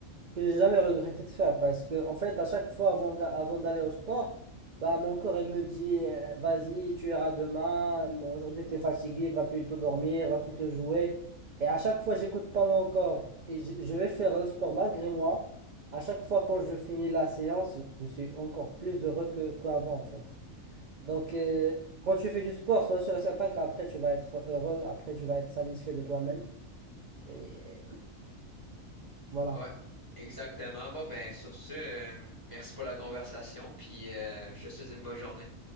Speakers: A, on the right (about 60°); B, on the left (about 25°).
A: que j'ai jamais regretté de faire parce que en fait à chaque fois avant, avant d'aller au sport bah mon corps il me dit euh, vas-y tu iras demain bon, aujourd'hui tu es fatigué va plutôt dormir va plutôt jouer et à chaque fois j'écoute pas mon corps et je, je vais faire le sport malgré moi à chaque fois quand je finis la séance je suis encore plus heureux que- qu'avant en fait donc euh, quand tu fais du sport sois sûr et certain qu'après tu vas être heureux après tu vas être satisfait de toi-même et voilà
B: Ouais, exactement. Bon, ben, sur ce, euh, merci pour la conversation, puis euh, je te souhaite une bonne journée.